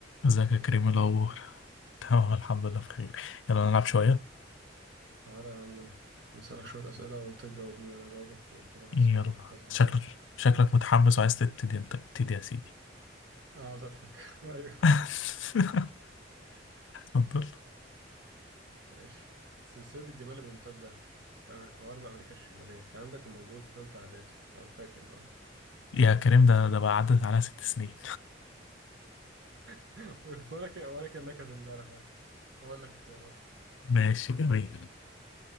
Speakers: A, on the left; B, on the right.
A: ازيك يا كريم
B: ازيك
A: إيه
B: يا عم
A: الأخبار؟
B: عمرو
A: تمام الحمد لله بخير يلا نلعب شوية
B: تعالى يا عم انا نسألك شوية أسئلة وأنت تجاوبني وأنا أجاوبك وكل واحد
A: يلا
B: سؤال وهكذا يعني
A: شكلك شكلك متحمس وعايز تبتدي انت ابتدي يا سيدي
B: أنا عاوز أضحك <laughs> أيوه
A: <laughs> اتفضل
B: ماشي سلسلة الجبال الممتدة في أمر- في غرب أمريكا الشمالية الكلام ده كان موجود في تالتة إعدادي لو فاكر بقى أنت
A: يا كريم ده ده بقى عدت على ست سنين
B: <laughs> ولا كان ولا كأنك امبارح يعني هقول لك اختيارات
A: ماشي جميل